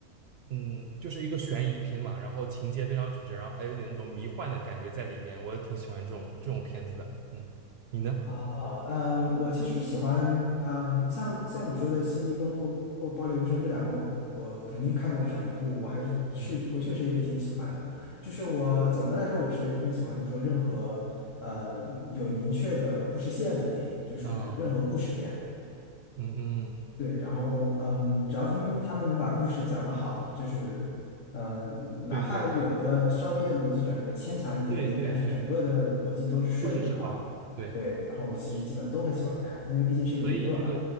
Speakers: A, on the right; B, on the left.
A: 嗯，就是一个悬疑片嘛，然后情节非常曲折，然后还有点那种迷幻的感觉在里面，我挺喜欢这种这种片子的。嗯，你呢？
B: 啊，嗯，我其实喜欢，嗯，像像你说的《新迷宫》或或《爆裂无声》这两个我，我肯定看过至少一部，我还是是我确实也挺喜欢的。
A: 嗯，
B: 就是我总的来说，我是更喜欢，就是说任何嗯有明确的故事线的电影，就是任何故事片。
A: 啊、啊，嗯嗯，
B: 对，然后嗯，只要他们他们能把故事讲得好，就是嗯，哪怕有的稍微的逻辑转折牵强一点点，
A: 对对对对对对，
B: 但是整个的逻辑都是顺的的话。
A: 故事是好的，对，
B: 对，然后我其实基本都很喜欢看，因为毕竟是个娱乐嘛。
A: 所以这个，